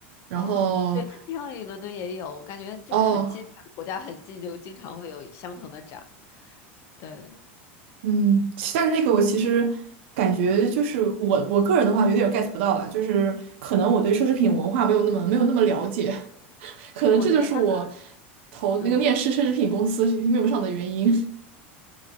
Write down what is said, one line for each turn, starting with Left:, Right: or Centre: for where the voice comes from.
Right: 然后
Left: 哦，对，迪奥里伦敦也有，我感觉就是很近，
Right: 哦，
Left: 国家很近，就经常会有相同的展。对，
Right: 嗯，其但是那个我其实感觉就是我我个人的话有点 get 不到了，就是可能我对奢侈品文化没有那么没有那么了解，<laughs> 可能这就是我
Left: 对，我觉得它很，
Right: 投那个面试奢侈品公司面不上的原因。
Left: 嗯。
Right: <laughs>